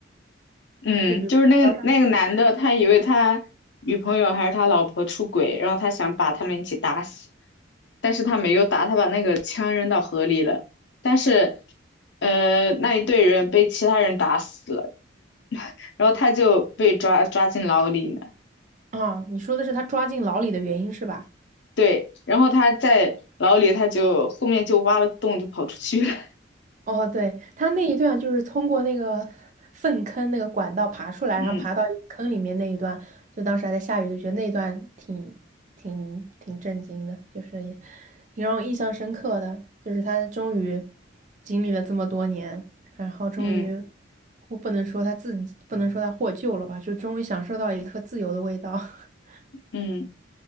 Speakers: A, on the left; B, on the right.
A: 嗯，
B: 就比如说高山
A: 就是那个那个男的，他以为他女朋友还是他老婆出轨，然后他想把他们一起打死，但是他没有打，他把那个枪扔到河里了。但是呃，那一队人被其他人打死了，然后他就被抓抓进牢里了。
B: 啊，你说的是他抓进牢里的原因是吧？
A: 对，然后他在牢里，他就后面就挖了个洞就跑出去了。
B: 哦，对，他那一段就是通过那个粪坑那个管道爬出来，
A: 嗯
B: 然后爬到一个坑里面那一段，就当时还在下雨，就觉得那一段挺挺挺震惊的，就是也挺让我印象深刻的，就是他终于经历了这么多年，然后终于
A: 嗯
B: 我不能说他自己不能说他获救了吧，就终于享受到一颗自由的味道。<laughs>
A: 嗯，